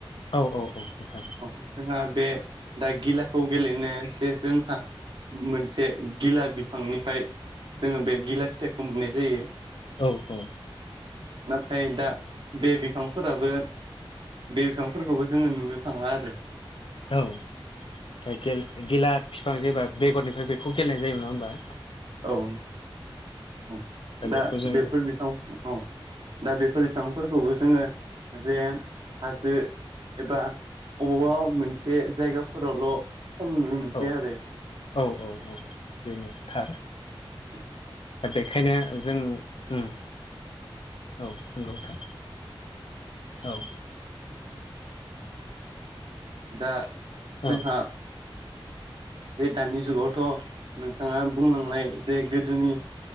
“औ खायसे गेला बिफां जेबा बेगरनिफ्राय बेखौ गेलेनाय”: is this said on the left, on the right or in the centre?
Left